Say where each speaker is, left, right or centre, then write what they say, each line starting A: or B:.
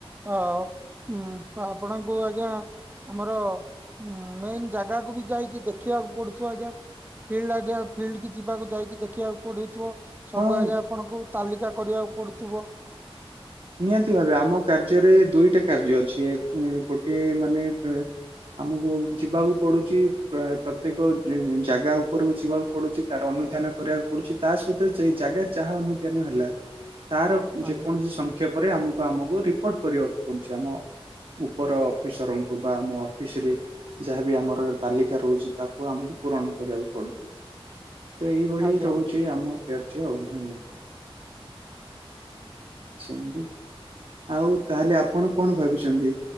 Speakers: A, on the right (about 20°); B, on the right (about 60°).
A: ତ ଉଁ ଆପଣଙ୍କୁ ଆଜ୍ଞା ଆମର ମେନ୍ ଜାଗାକୁ ବି ଯାଇକି ଦେଖିବାକୁ ପଡୁଥିବ ଆଜ୍ଞା। ଫିଲ୍ଡ ଆଞା ଫିଲ୍ଡ କି ଯିବାକୁ ଯାଇକି ଦେଖିବାକୁ ପଡୁଥିବ। ସବୁ
B: ହଁ
A: ଆଜ୍ଞା ଆପଣଙ୍କୁ ତାଲିକା କରିବାକୁ ପଡୁଥିବ।
B: ନିହାତି ଭାବେ। ଆମ କାର୍ଯ୍ୟରେ ଦୁଇଟା କାର୍ଯ୍ୟ ଅଛି ଗୋଟିଏ ମାନେ ଆମକୁ ଯିବାକୁ ପଡୁଚି। ପ୍ର ପ୍ରତ୍ୟେକ ଜାଗା ଉପରକୁ ଯିବାକୁ ପଡୁଚି ତାର ଅନୁଧ୍ୟାନ କରିବାକୁ ପଡୁଚି। ତା ସହିତ ସେଇ ଜାଗା ଯାହା ଅନୁଧ୍ୟାନ ହେଲା ତାର
A: ଆଜ୍ଞା
B: ଯେକୌଣସି ସଂକ୍ଷେପରେ ଆମକୁ ଆମକୁ ରିପୋର୍ଟ କରିବାକୁ ପଡୁଛି ଆମ ଉପର ଅଫିସରଙ୍କୁ ବା ମୋ ଅଫିସ୍ ରେ। ଯାହାବି ଆମର ତାଲିକା ରହୁଛି ତାକୁ ଆମକୁ ପୂରଣ କରିବାକୁ ପଡୁଛି। ତ ଏଇଭଳି
A: ଆଜ୍ଞା
B: ରହୁଛି ଆମ କାର୍ଯ୍ୟ ଆଉ ହୁଁ। ସେମିତି। ଆଉ ତାହେଲେ ଆପଣ କଣ ଭାବିଛନ୍ତି